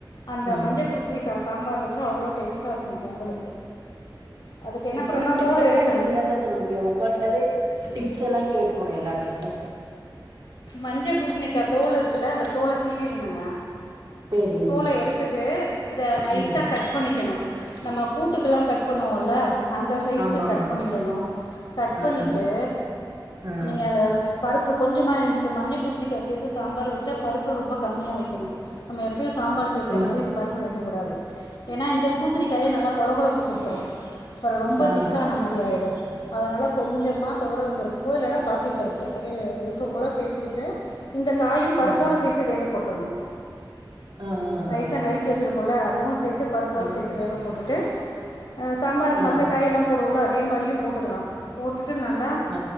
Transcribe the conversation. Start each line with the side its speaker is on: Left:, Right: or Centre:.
Left: அந்த
Right: ஆ
Left: மஞ்ச பூசினிக்கா சாம்பார் வச்சு அவ்ளோ டேஸ்ட்டாக இருக்கு பொங்கலு அதுக்கு என்ன
Right: டிஃப்ரெண்ட்
Left: பண்ணணுன்னா
Right: டிஃப்ரெண்டா
Left: தோல எடுத்துறணு
Right: நீங்க தாங்க சொல்றீங்க உங்கள்ட்டதே டிப்ஸ் எல்லா கேட்டுக்கணு எல்லா டிப்ஸு
Left: மஞ்சப் பூசணிக்கா தோல் இருக்குல்ல அந்த தோல சீவீரினுங்க
Right: சேரி
Left: தோல எடுத்துட்டு இத நைஸாக
Right: ம்
Left: கட் பண்ணிக்கணு நம்ம கூட்டுக்கெல்லா கட் பண்ணுவோல்ல அந்த சைஸுக்கு
Right: ஆமா
Left: கட் பண்ணிறணு கட் பண்ணிட்டு
Right: ஆ ஆ
Left: நீங்க அத பருப்பு கொஞ் சமா இந்த மஞ்ச பூசணிக்கா சேர்த்து சாம்பார் வச்சா பருப்பு ரொம்ப கம்மியா வைக்கணு நம்ம எப்பயு சாம்பாருக்கு வைக்கிற
Right: ஆ ஆ
Left: மாரி பருப்பு வைக்கக் கூடாது ஏன்னா இந்த பூசணிக்காயே நல்லா கொளகொளப்ப குடுத்துரு அப்பறோ ரொம்ப
Right: ஆ ஆ ஆ
Left: திக்கான மாரி ஆயிடோ அதனால கொஞ்சமா தொவரம் பருப்பு பு இல்லன்னா பாசிப்பருப்பு இ விருப்போ போல சேத்துக்கிட்டு இந்த காயு பருப்போட
Right: ஆ ஆ
Left: சேத்து வேக போட்றணு
Right: ஆ ஆ
Left: நைசா நறுக்கி வச்சிருக்கோல அதுவு சேத்து பருப்போட
Right: ஆமா
Left: சேத்து வேக போட்டுட்டு அ சாம்பாருக்கு
Right: ஆ
Left: மத்த காய்யெல்லா போடுவோல அதே மாரியு போட்டுக்கலா போட்டுட்டு நல்லா
Right: அ